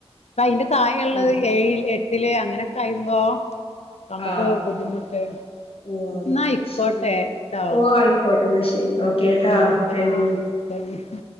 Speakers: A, on the left (about 80°); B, on the left (about 60°).
A: പ്പൊ അയ്ന്റെ താഴെള്ളത്
B: ഉം
A: ഏഴിൽ എ ത്തില് അങ്ങനെക്കെ ആയുമ്പോ നമ്ക്ക്
B: ആ
A: ബുദ്ധിമുട്ട്
B: ഓ
A: ന്നാ അയ്ക്കോട്ടെ
B: ശരി
A: ട്ടോ
B: ഓ ആയിക്കോട്ടെ എന്നാ ശരി ഓക്കേ
A: ശരി
B: ട്ടോ
A: ഓക്കെ
B: താങ്ക്
A: ആ
B: യു
A: താങ്ക് യു